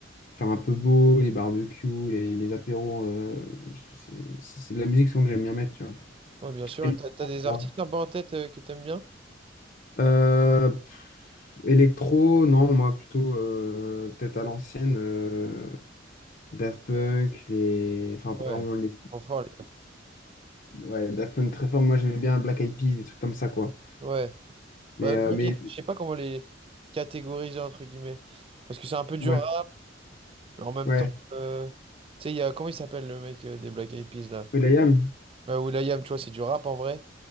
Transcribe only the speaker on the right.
Ouais, bien sûr.
T'as, t'as des artistes un peu en tête euh, que t'aimes bien?
Ouais.
Enfin,
les- ouais.
Ouais,
le black
et- je sais pas comment les catégoriser, entre guillemets. Parce que c'est un peu dur
rap, mais en même
temps, euh, tu sais, il y a, comment il s'appelle le mec euh, des Black Eyed Peas, là?
Euh, Will.i.am, tu vois, c'est du rap en vrai.